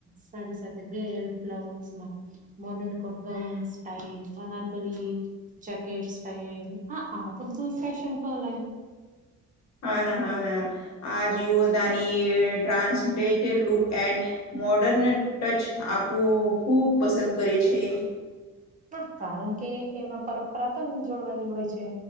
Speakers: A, on the right; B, on the left.
A: સાડી સાથે બેલ્ટ બ્લાઉઝમાં modern coat gown style અરકલી jacket style હા આપધ ફશન કો લય
B: હા ના હા ના આ જીવો દાની ટ્રાન્સટેડ લુક એન્ડ મોડર્ન ટચ આપવું ખૂબ પસંદ કરે છે.
A: પણ કારણકે એમાં પરંપરા પણ જોડવાયેલી હોય છે.